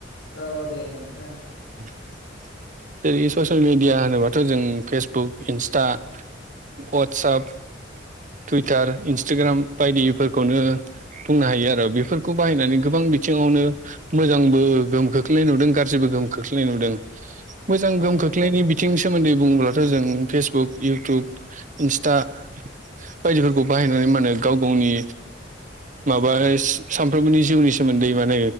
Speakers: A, on the left (about 75°); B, on the right (about 45°).
A: औ दे नोंथां जाबाय।
B: <inaudible> जेरै ससियेल मिडिया होनोबाथ' जों फेसबुक इन्स्टा वाट वाट्सप टुइटार इन्सटाग्राम बायदिफोरखौनो बुंनो हायो आरो बेफोरखौ बाहायनानै गोबां बिथिङावनो मोजांबो गोहोम खोख्लै नुदों गाज्रिबो गोहोम खोख्लैनाय नुदों। मोजां
A: औ
B: गोहोम खोख्लैनायनि बिथिं सोमोन्दै बुङोब्लाथ' जों फेसबुक इउटुब इन्सटा बायदिफोरखौ बाहायनानै मा होनो गाव गावनि माबा सानफ्रोमबोनि जिउनि सोम मोन्दै माने